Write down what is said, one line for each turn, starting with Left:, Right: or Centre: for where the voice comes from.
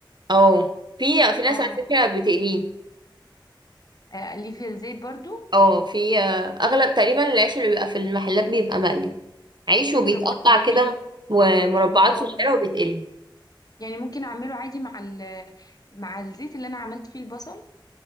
Right: اه في في ناس
Left: اه
Right: على فكرة بتقليه
Left: اقليه في الزيت برضو
Right: اه في آه، اغلب تقريبا العيش اللي بيبقى في المحلات بيبقى مقلي عيش
Left: فكره
Right: وبيتقطع
Left: برضو يعني
Right: كده م- مربعات
Left: اه
Right: صغيرة وبيتقلي
Left: يعني ممكن اعمله عادي مع ال مع الزيت اللي انا عملت فيه البصل